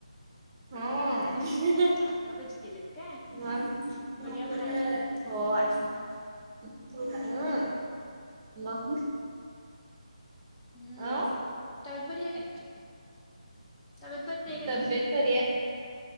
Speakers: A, on the right; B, on the left.
A: हं. हम्म
B: कांदा भजी केलेत काय
A: मग. <unintelligible>
B: बढिया बढा आहे.
A: होय हम्म मग.
B: हम्म
A: अं?
B: तब्येत बरी आहे काय तब्येत बरी हाय काय
A: तब्येत
B: तुझी?
A: बरी ये.